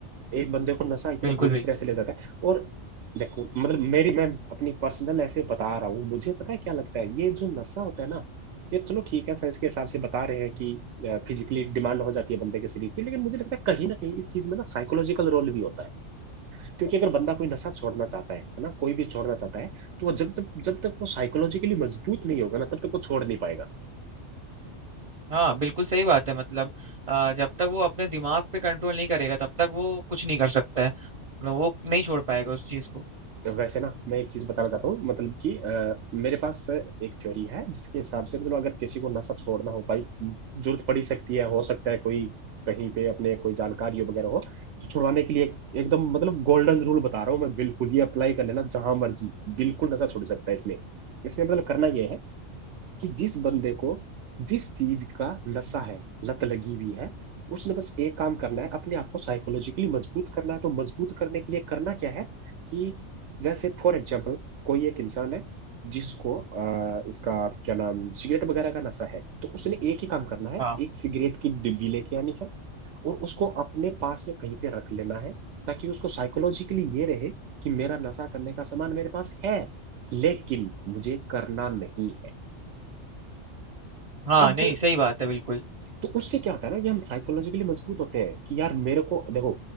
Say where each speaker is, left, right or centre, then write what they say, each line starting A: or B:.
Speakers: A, on the right; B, on the right.
A: एक बंदे को नशा इतना
B: बिल्कुल
A: बुरी
B: बिल्कुल
A: तरह से ले जाता है और देखो मतलब मेरी मैं अपनी पर्सनल ऐसे बता रहा हूँ मुझे पता है क्या लगता है ये जो नशा होता है ना ये चलो ठीक है साइंस के हिसाब से बता रहे हैं कि फिजिकली डिमांड हो जाती है बंदे के शरीर की लेकिन मुझे लगता है कहीं ना कहीं इस चीज में ना साइकोलॉजिकल रोल भी होता है क्योंकि अगर बंदा कोई नशा छोड़ना चाहता है है ना कोई भी छोड़ना चाहता है तो वो जब तक जब तक वो साइकोलॉजिकली मजबूत नहीं होगा ना तब तक वो छोड़ नहीं पाएगा
B: हाँ बिल्कुल सही बात है मतलब अ, जब तक वो अपने दिमाग पे कंट्रोल नहीं करेगा तब तक वो कुछ नहीं कर सकता है मतलब वो नहीं छोड़ पाएगा उस चीज को
A: वैसे ना मैं एक चीज बताना चाहता हूँ मतलब कि अ, मेरे पास एक थ्योरी है जिसके हिसाब से मतलब अगर किसी को नशा छोड़ना हो भाई जरूरत पड़ ही सकती है हो सकता है कोई कहीं पे अपने कोई जानकारी हो वगैरह हो तो छुड़वाने के लिए एक- एकदम मतलब गोल्डन रूल बता रहा हूँ मैं बिल्कुल ये अप्लाई कर लेना जहां मर्जी बिल्कुल नशा छुड़ सकता है इसमें इसमें मतलब करना ये है कि जिस बंदे को जिस चीज का नशा है लत लगी हुई है उसने बस एक काम करना है अपने आप को साइकोलॉजिकली मजबूत करना है तो मजबूत करने के लिए करना क्या है कि जैसे फॉर एग्जाम्पल कोई एक इंसान है जिसको अ, इसका क्या नाम सिगरेट वगैरह का नशा है तो उसने एक ही काम करना है
B: हाँ
A: एक सिगरेट की डिब्बी लेके आनी है और उसको अपने पास में कहीं पे रख लेना है ताकि उसको साइकोलॉजिकली ये रहे कि मेरा नशा करने का सामान मेरे पास है लेकिन मुझे करना नहीं है
B: हाँ
A: अब
B: नहीं सही बात है बिल्कुल
A: तो उससे क्या होता है ना कि हम साइकोलॉजिकली मजबूत होते हैं कि यार मेरे को देखो